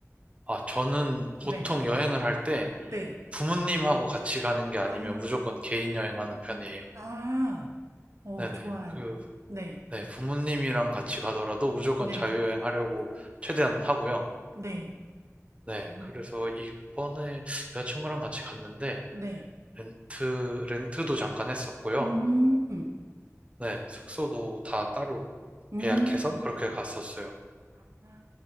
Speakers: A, on the right; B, on the right.
A: 아, 저는
B: 네.
A: 보통 여행을 할 때
B: 네.
A: 부모님하고 같이 가는 게 아니면
B: 아,
A: 무조건 개인 여행하는 편이에요.
B: 아, 어,
A: 네네.
B: 좋아요.
A: 그,
B: 네,
A: 네. 부모님이랑 같이 가더라도 무조건
B: 네,
A: 자유여행 하려고 최대한 하고요.
B: 네,
A: 네.
B: 아,
A: 그래서 이번에 여자친구랑 같이 갔는데
B: 네.
A: 렌트, 렌트도 잠깐 했었고요.
B: 음,
A: 네, 숙소도 다 따로
B: 음.
A: 예약해서 그렇게 갔었어요.
B: 아,